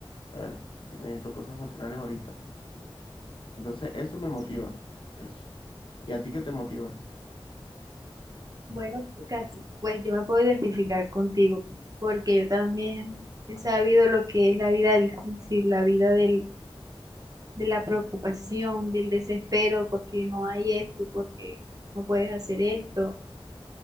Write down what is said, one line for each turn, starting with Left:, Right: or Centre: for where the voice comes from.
Left: pero necesito cosas materiales ahorita. Entonces, eso me motiva,
Right: Sí.
Left: eso. ¿Y a ti qué te motiva?
Right: Bueno, casi, pues yo me puedo identificar contigo, porque yo también he sabido lo que es la vida difícil, la vida del, de la preocupación, del desespero, porque no hay esto, porque no puedes hacer esto,